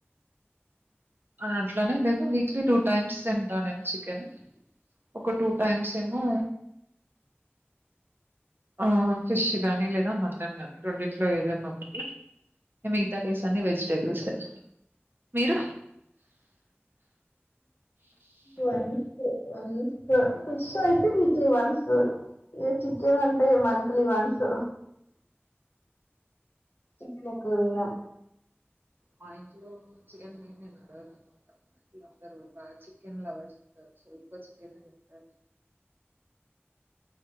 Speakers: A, on the right (about 55°); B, on the left (about 55°).
A: అట్లానే లేదు వీక్లీ టూ టైమ్స్ తింటా నేను చికెన్ ఒక టూ టైమ్స్ ఏమో
B: <unintelligible>
A: ఆ ఫిష్ గానీ లేదా మటన్ గానీ రెండిట్లో ఏదన్నా ఒకటి ఇ మిగతా డేస్ అన్ని వెజిటేబుల్సే మీరు
B: వన్స్ వన్స్ ఫిష్ అయితే వీక్లీ వన్స్ ఇగా చికెన్ అంటే మంత్లీ వన్స్ చికెన్ ఎక్కువ తినం
A: మా ఇంట్లో చికెన్ లేనిది నడవదు ఇంట్లో అందరూ చికెన్ లవర్స్ ఉన్నారు సో ఎక్కువ చికెన్ తింటారు
B: <inaudible>